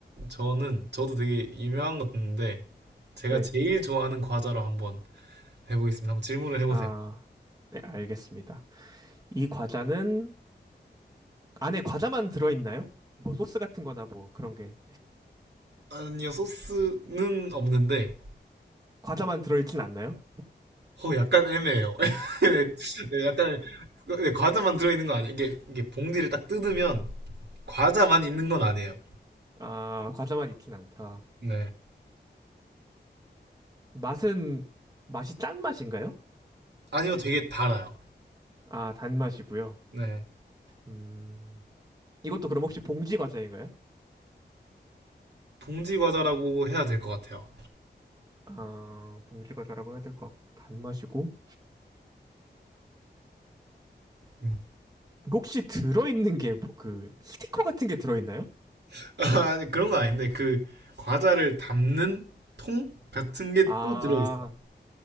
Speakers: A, on the right (about 70°); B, on the right (about 20°).
A: 저는, 저도 되게 유명한 것 같은데, 제가
B: 네.
A: 제일 좋아하는 과자로 한번 해보겠습니다. 한번 질문을 해보세요.
B: 아, 네, 알겠습니다. 이 과자는, 안에 과자만 들어있나요? 뭐, 소스 같은 거나 뭐, 그런 게.
A: 아니요, 소스는 없는데,
B: 과자만 들어있진 않나요?
A: 어, 약간 애매해요. <laughs> 네, 약간, 네, 과자만 들어있는 거 아니에요. 이게, 이게 봉지를 딱 뜯으면, 과자만 있는 건 아니에요.
B: 아, 과자만 있진 않다.
A: 네.
B: 맛은 맛이 짠 맛인가요?
A: 아니요, 되게 달아요.
B: 아, 단맛이고요.
A: 네.
B: 음, 이것도 그럼 혹시 봉지 과자인가요?
A: 봉지 과자라고 해야 될 것 같아요.
B: 아, 봉지 과자라고 해야 될 것 같고 단맛이고
A: 음.
B: 혹시 들어있는 게 뭐 그 스티커 같은 게 들어있나요?
A: <laughs> 아니, 그런 건 아닌데, 그, 과자를 담는 통 같은 게
B: 아,
A: 또 들어있어요.